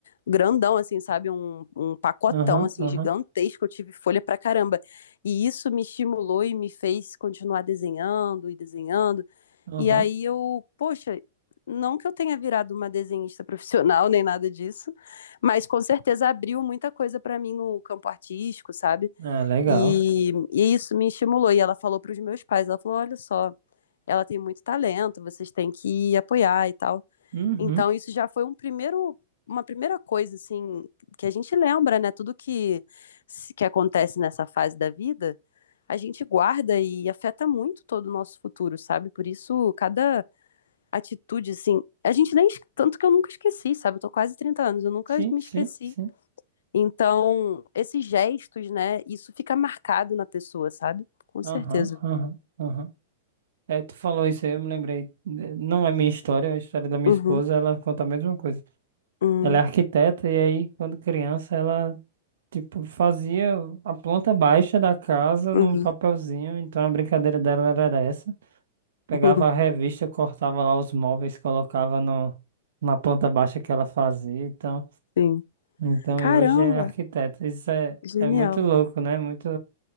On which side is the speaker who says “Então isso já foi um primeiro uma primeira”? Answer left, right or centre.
Left